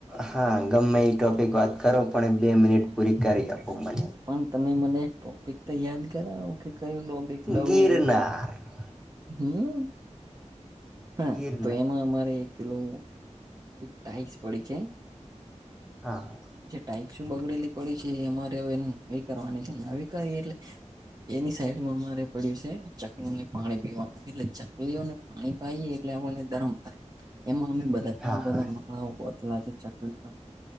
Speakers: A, in the centre; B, on the right.
A: હા ગમે એ ટોપિક વાત કરો પણ બે મિનિટ પૂરી કરી આપો મને.
B: પણ તમે મને ટોપિક તો યાદ કરાવ કે કયું ટોપિક લવું.
A: ગિરનાર
B: હમ્મ. હા
A: ગિરનાર
B: તો એમાં અમારે એક પેલોું એક ટાઈસ પડી છે.
A: હા.
B: જે ટાાઈક્સ બગડેલી પડી છે એ અમારે હવે એ નવી કરવાની છે નવી કરીવી એટલે એની સાઈડમાં અમારે પડ્યું છે ચકલી ને પાણી પીવાનું એટલે ચકલીઓને પાણી ખાઈએ એટલે આપણને ધરમ થાય એમાં અમે બધા ઘણા
A: હા
B: બધા તલા છે ચકલીઓ